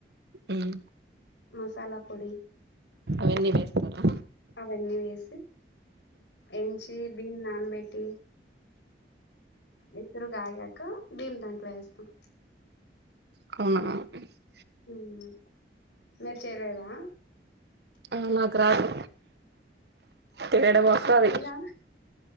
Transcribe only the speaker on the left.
మసాలా పొడి
అవన్నీ వేసి ఎంచి బియ్యం నానబెట్టి ఎసురు గాగాక బియ్యం దాంట్లో వేస్తాం
ఉమ్మ్ మరి చేయలేదా
ఎలా